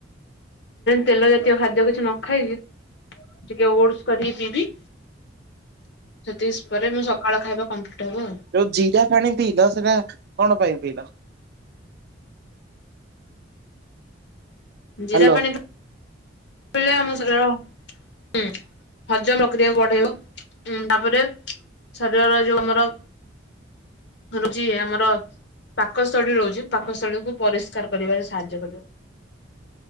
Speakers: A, on the left; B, on the right.
A: ତେଲ ଜାତୀୟ ଖାଦ୍ୟ କିଛି ନ ଖାଇବି ଟିକେ ଓଡସ କରିକି ପିଇବି ସେତିଶ ପରେ ମୁଁ ସକାଳ ଖାଇବା କମ୍ପ୍ଲିଟ ହବ ଆଉ।
B: ଯୋଉ ଜିରା ପାଣି ପିଇଲ ସେଇଟା କଣ ପାଇଁ ପିଇଲ
A: ଜିରା
B: ହ୍ୟାଲୋ
A: ପାଣି ପ ଆମ ଶରୀରର ହଁ ହଜମ ପ୍ରକ୍ରିୟା ବଢେଇବ ଉଁ ତାପରେ ଶରୀରର ଯୋଉ ଆମର ରୁଚି ଆମର ପାକସ୍ଥଳୀ ରହୁଛି ପାକସ୍ଥଳୀକୁୁ ପରିଷ୍କାର କରିବାରେ ସାହାଯ୍ୟ କରିବ